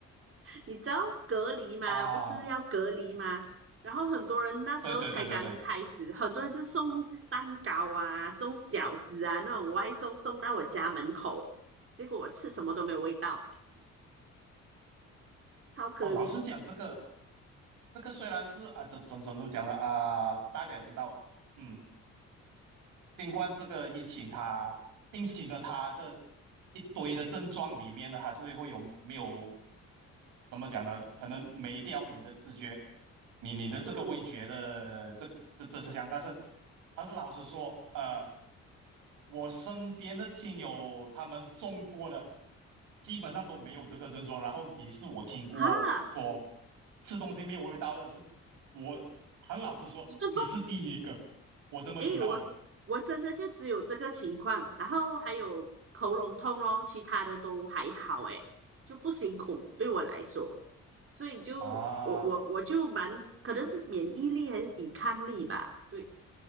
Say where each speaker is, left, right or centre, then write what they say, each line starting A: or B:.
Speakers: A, on the right; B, on the right.
A: 你知道隔离吗？
B: 啊，
A: 不是要隔离吗？然后很多人那时候才刚开始，
B: 对对对对对，
A: 很多人就送蛋糕啊，送饺子啊，那种外送送到我家门口，结果我吃什么都没有味道，超可怜。
B: 哦，老实讲，这个这个虽然是啊，怎怎么怎么怎么讲的啊，大家也知道，嗯，新冠这个疫情它，并且呢，它的一堆的症状里面呢，还是会有没有怎么讲呢？可能没掉你的知觉，你你的这个味觉的这这这是项，
A: 嗯，
B: 但是很老实说，呃，我身边的亲友他们中过了，基本上都没有这个症状。然后你是我听过说
A: 哈，
B: 吃东西没有味道的，是我很老实说，
A: <laughs>
B: 你是第一个我这么听到的。
A: 诶，我我真的就只有这个情况，然后还有喉咙痛咯，其他的都还好，诶，就不辛苦对我来说，所以就我我我就蛮可能是免疫力还是抵抗力吧，
B: 啊，
A: 对。